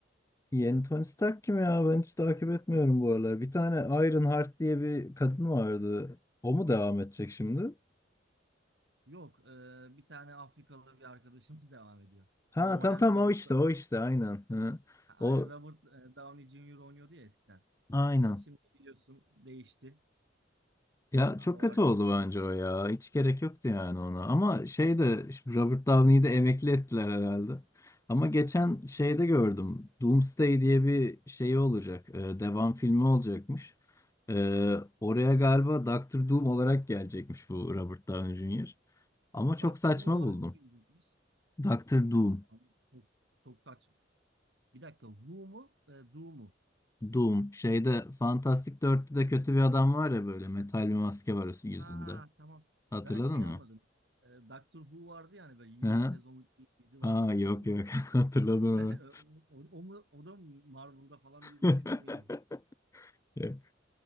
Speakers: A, on the left; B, on the right.
A: Yeni Tony Stark kim ya? Ben hiç takip etmiyorum bu aralar. Bir tane Iron Heart diye bir kadın vardı. O mu devam edecek şimdi?
B: Yok e, bir tane Afrikalı bir arkadaşımız <laughs> devam ediyor.
A: Ha
B: Normalde
A: tam
B: hani
A: tam
B: Robert,
A: o işte o işte aynen. Hı.
B: aynen
A: O
B: Robert e, Downey Jr. oynuyordu ya eskiden.
A: aynen.
B: Şimdi biliyorsun değişti.
A: Ya
B: Ha,
A: çok
B: O
A: kötü
B: arkadaşlar
A: oldu bence o ya. Hiç gerek yoktu yani ona. Ama şey de şimdi Robert Downey'i de emekli ettiler herhalde. Ama geçen şeyde gördüm. Doomsday diye bir şey olacak. e, devam filmi olacakmış. E, oraya galiba Doktor Doom olarak gelecekmiş bu Robert Downey Jr. Ama çok
B: Doctor
A: saçma
B: Who olarak
A: buldum.
B: mı bilinecekmiş?
A: Doktor Doom.
B: Abi Çok, çok saçma. Bir dakika. Who mu? E, Do mu?
A: Doom. Şeyde Fantastic 4'te kötü bir adam var ya böyle metal bir maske var yüzünde.
B: Ha tamam.
A: Hatırladın
B: Ben şey
A: mı?
B: anladım. E, Doctor Who vardı yani böyle 20
A: <laughs>
B: sezonluk bir dizi vardı
A: Aa
B: hatırladın
A: yok
B: mı?
A: yok <laughs> hatırladım
B: <laughs> O, o, o mu- o da mı Marvel'da falan diye bir
A: evet.
B: düşündüm yani.
A: <laughs> Yok.